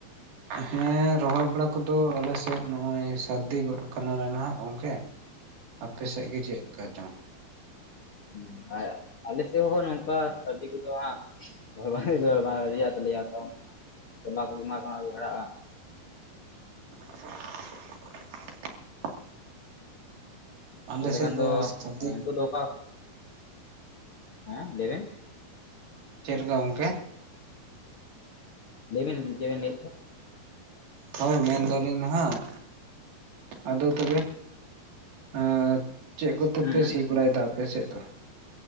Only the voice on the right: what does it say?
ᱦᱮᱸ ᱨᱚᱦᱚᱭ ᱵᱟᱲᱟ ᱠᱚᱫᱚ ᱟᱞᱮᱥᱮᱫ ᱱᱚᱭᱚᱭ ᱥᱟᱹᱨᱫᱤ ᱜᱚᱫᱽ ᱟᱠᱟᱱᱟᱞᱮ ᱱᱟᱦᱟᱜ ᱜᱚᱝᱠᱮ᱾
ᱟᱯᱮ ᱥᱮᱫ ᱜᱮ ᱪᱮᱫ ᱞᱮᱠᱟ ᱪᱚᱝ?
<inaudible> ᱟᱞᱮ
ᱥᱮᱫ
ᱥᱟᱹᱨᱫᱤ
ᱪᱮᱫ ᱞᱮᱠᱟ ᱜᱚᱝᱠᱮ᱾
ᱦᱳᱭ ᱢᱮᱱᱫᱟᱞᱤᱧ ᱱᱟᱦᱟᱸᱜ ᱟᱫᱚ ᱛᱚᱵᱮ ᱟᱻ ᱪᱮᱫ ᱠᱚᱛᱮᱯᱮ
ᱥᱤ ᱵᱟᱲᱟᱭ ᱫᱟ ᱟᱯᱮᱥᱮᱫ ᱫᱚ?